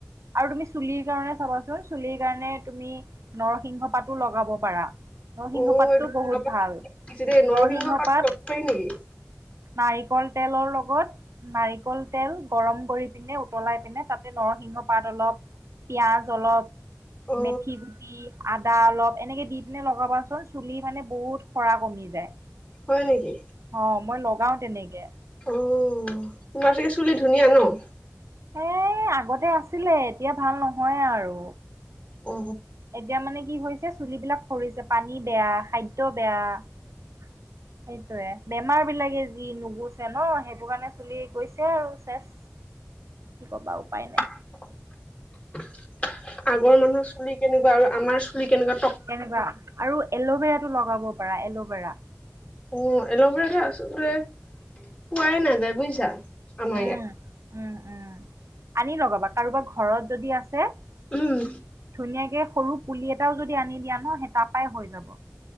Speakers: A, on the right; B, on the left.
A: আৰু তুমি চুলিৰ কাৰণে চাবাচোন চুলিৰ কাৰণে তুমি নৰসিংহ পাতো লগাব পাৰা। নৰসিংহ
B: অ
A: পাততটো
B: এইটো তোমাৰ
A: বহুত
B: পৰা
A: ভাল।
B: শিকিছো দেই
A: নৰসিংহ পাত,
B: লব পাৰি নেকি
A: নাৰিকল তেলৰ লগত নাৰিকল তেল গৰম কৰি পিনে উতলাই পিনে তাতে নৰসিংহ পাত অলপ পিয়াজ অলপ
B: অ
A: মেথি গুটি, আদা অলপ এনেকে দি পিনে লগাবাচোন চুলি মানে বহুত সৰা কমি যায়।
B: হয় নিকি?
A: অ মই লগাও তেনেকে
B: অ তোমাৰ চাগে চুলি ধুনীয়া ন?
A: এই আগতে আছিলে এতিয়া ভাল নহয় আৰু
B: অ
A: এতিয়া মানে কি হৈছে চুলিবিলাক সৰিছে। পানী বেয়া, খাদ্য বেয়া সেই য়ে বেমাৰ বিলাকে যি মো গুছে ন সেইটো কাণে চুলি গৈছে আৰু চেচ কি ক'বা উপায় নাই
B: <unintelligible> আগৰ মানুহৰ চুলি কেনেকুৱা আৰু আ আমাৰ চুলি কেনুকা
A: কেনেকুৱা আৰু এল'ভেৰা লগাব পাৰা এল'ভেৰা
B: অ এল'ভেৰাটো আচলতে পোৱাই নাযায় বুজিছা আমাৰ
A: উম উম উম আনি লগাবা কাৰোবাৰ ঘৰত যদি আছে <unintelligible>
B: উম
A: ধুনীয়াকে সৰু পুলি এটাও যদি আনি দিয়া ন সেই তাৰাপই হৈ যাব